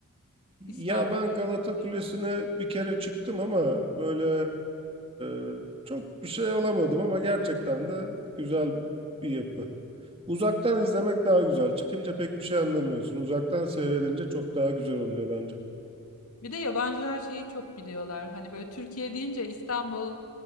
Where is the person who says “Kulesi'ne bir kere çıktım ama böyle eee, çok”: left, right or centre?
Right